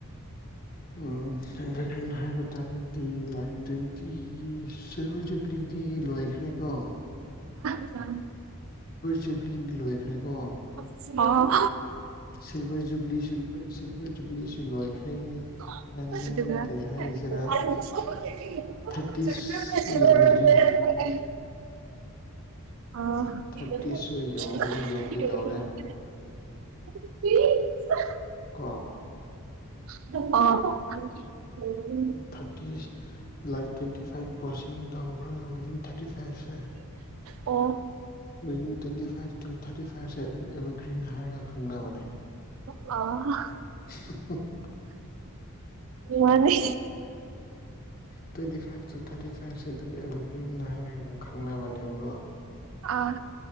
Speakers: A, on the left (about 40°); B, on the right (about 60°).
A: ꯎꯝ ꯑꯦꯔꯤꯅꯍꯕ ꯇꯥꯔꯗꯤ ꯂꯥꯏꯠ ꯇ ꯇꯤ ꯁꯤꯜꯚꯔ ꯖꯨꯕ꯭ꯂꯤꯗꯤ ꯂꯣꯏꯈ꯭ꯔꯦꯀꯣ
B: ꯑꯁꯥꯡ
A: ꯖꯨꯕꯂꯤꯡ ꯂꯣꯏꯈ꯭ꯔꯦꯀꯣ
B: ꯁꯃ
A: ꯁꯤꯜꯚꯔ ꯖꯨꯕ꯭ꯂꯤꯁꯨ ꯁꯤꯜꯚꯔ ꯖꯨꯕ꯭ꯂꯤꯁꯨ ꯂꯣꯏꯈ꯭ꯔꯦ
B: <inaudible>
A: ꯑꯦꯟ ꯗꯦꯟ ꯀꯩ ꯍꯥꯏꯁꯤꯔꯥ
B: <unintelligible>
A: ꯊꯥꯔꯇꯤꯁꯇꯤ ꯌꯧꯗ꯭ꯔꯤ
B: ꯑꯥ
A: ꯊꯥꯔꯇꯤꯁꯁꯨ ꯌꯧꯗ꯭ꯔꯤ ꯌꯧꯒꯦꯗꯧꯔꯦ
B: <inaudible>
A: ꯀ
B: ꯑ
A: thirties like twenty five crossing ꯇꯧꯈ꯭ꯔꯒ ꯋꯤꯗꯤꯟ ꯊꯥꯔꯇꯤ ꯐꯥꯏꯚꯁꯦ
B: of
A: within twenty five to thirty ꯐꯥꯏꯚꯁꯦ ꯑꯗꯨꯝ ꯑꯦꯚꯔꯒ꯭ꯔꯤꯟ ꯍꯥꯏꯔꯒ ꯈꯪꯅꯕꯅꯦ
B: ꯑ
A: <unintelligible>
B: ꯃꯥꯅꯦ
A: ꯇ꯭ꯋꯦꯟꯇꯤ ꯐꯥꯏꯚ ꯇꯨ ꯊꯥꯔꯇꯤ ꯐꯥꯏꯚꯁꯦ ꯑꯗꯨꯝ ꯑꯦꯚꯔꯒ꯭ꯔꯤꯝ ꯍꯥꯏꯔꯒ ꯑꯗꯨꯝ ꯈꯪꯅꯕꯅꯦꯕꯀꯣ
B: ꯑꯥ